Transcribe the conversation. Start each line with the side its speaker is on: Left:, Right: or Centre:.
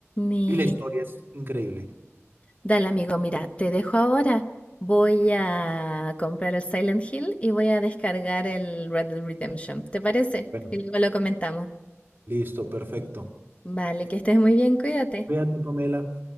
Left: mi...
Right: Y la historia es increíble.
Left: Dale, amigo, mira, te dejo ahora. Voy a comprar el Silent Hill y voy a descargar el Red Dead Redemption. ¿Te parece?
Right: Bueno,
Left: Y luego lo comentamos.
Right: listo, perfecto.
Left: Vale, que estés muy bien, cuídate.
Right: Cuídate, Pamela.